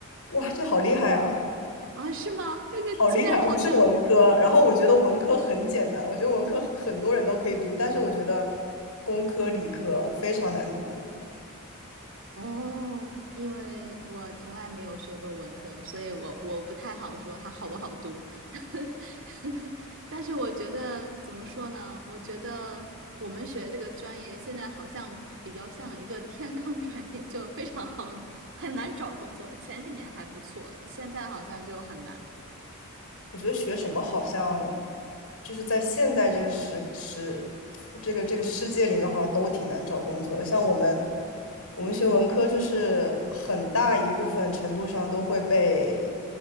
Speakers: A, on the left; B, on the right.
A: 哇，这好厉害啊！
B: 啊，是吗？那个现在好像
A: 好厉害！我是文科，然后我觉得文科很简单，我觉得文科很多人都可以读，但是我觉得工科、理科非常难读。
B: 哦，因为我从来没有学过文科，所以我我不太好说它好不好读。<laughs> 但是我觉得怎么说呢？我觉得我们学这个专业现在好像比较像一个天坑专业，就非常好，很难找工作。前几年还不错，现在好像就很难。
A: 我觉得学什么好像就是在现在这个时时这个这个世界里面，好像都挺难找工作的。像我们我们学文科，就是很大一部分程度上都会被